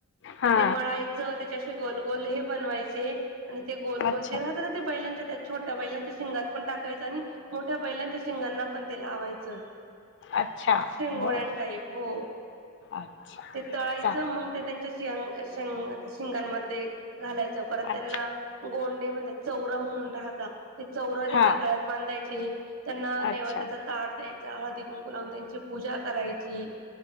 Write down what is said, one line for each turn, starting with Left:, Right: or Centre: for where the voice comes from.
Left: हा
Right: ते मळाय चं त्याचे असे गोल गोल हे बनवायचे, आणि ते गोल
Left: अच्छा
Right: गोल जे राहत न बैलांच्या त्या छोट्या बैलांच्या शिंगात पण टाकायच आणि मोठ्या बैलांच्या शिंगांना पण ते लावायचं.
Left: अच्छा
Right: शिंगोळ्या
Left: बरं
Right: न टाईप हो,
Left: अच्छा
Right: ते तळायचं
Left: चांग
Right: मग ते त्यांच्या शंग - शिंग - शिंगांमध्ये घालायचं परत
Left: अच्छा
Right: त्यांना गोंडे म्हणतात, चौरा म्हणून राहता, ते चौर त्यांच्या
Left: हा
Right: गळ्यात बांधायचे. त्यांना नैवेद्याच
Left: अच्छा
Right: ताट द्यायचा हळदी कुंकू लावून त्यांची पूजा करायची.